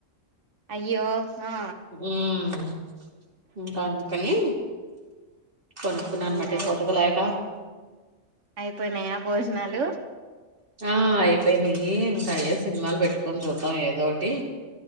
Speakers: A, on the right; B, on the right.
A: అయ్యో ఆ
B: ఉమ్ ఇంక కానీ కొనుక్కున్నానమాట
A: ఉమ్
B: ఇంక
A: అయి
B: ఉతకలేక
A: అయిపోయినాయా భోజనాలు?
B: ఆ అయిపోయినాయ్యి ఇంకా అయ సినిమాలు పెట్టుకొని చూద్దాం ఏదోటి